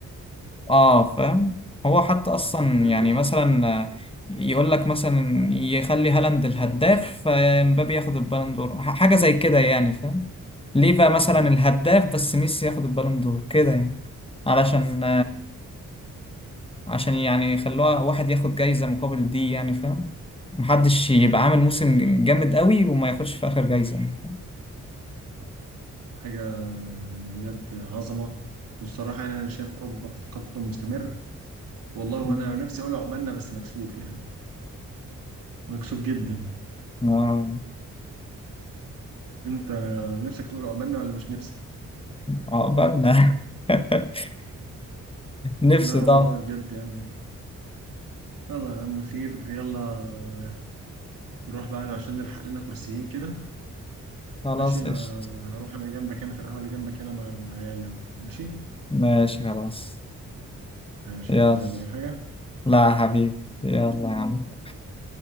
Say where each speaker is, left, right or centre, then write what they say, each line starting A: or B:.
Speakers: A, on the left; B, on the right.
A: اه فاهم هو حتى أصلا
B: <laughs> فاكر؟
A: يعني مثلا آه، يقول لك مثلا يخلي هالاند الهداف فمبابي ياخد البالون دور ح- حاجة زي كده يعني فاهم ليه بقى مثلا
B: ايوه ايوه
A: الهداف بس ميسي ياخد البالون دور كده يعني علشان عشان يعني يخلوها واحد ياخد جايزة مقابل دي يعني فاهم محدش يبقى عامل موسم جامد قوي وما ياخدش في آخر جايزة يعني
B: حاجه يعني بجد عظمه والصراحه يعني انا شايف اوروبا في تقدم مستمر والله وانا
A: مم.
B: نفسي اقول عقبالنا بس مكسوف يعني مكسوف جدا
A: آه
B: انت نفسك تقول عقبالنا ولا مش نفسك؟
A: عقبالنا <laughs> نفسي
B: لا
A: طبعا
B: والله بجد يعني يلا يا عم خير يلا نروح بقى عشان نلحق لنا كرسيين كده
A: خلاص
B: ماشي انا
A: قشطة
B: هروح انا جنبك هنا في القهوة اللي جنبك هنا مع العيال يعني. ماشي
A: ماشي خلاص
B: ماشي
A: يلا
B: انا عايز اي حاجة
A: لا يا حبيبي يلا يا عم